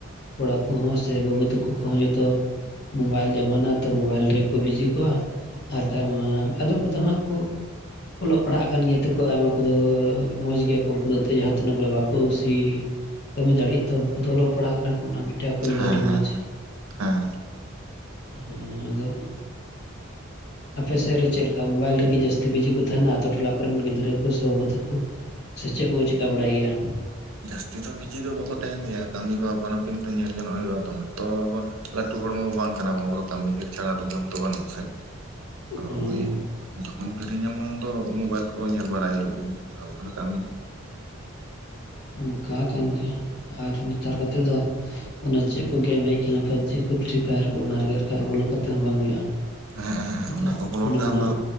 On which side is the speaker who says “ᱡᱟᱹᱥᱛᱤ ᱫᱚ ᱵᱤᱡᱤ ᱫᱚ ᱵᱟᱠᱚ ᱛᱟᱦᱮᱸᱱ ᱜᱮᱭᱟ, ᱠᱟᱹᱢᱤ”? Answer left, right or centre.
Right